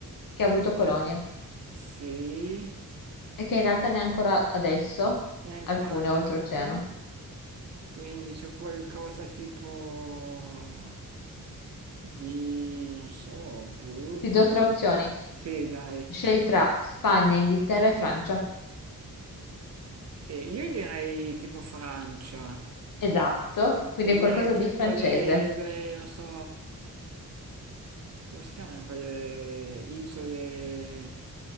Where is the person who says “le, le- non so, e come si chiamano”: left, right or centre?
Right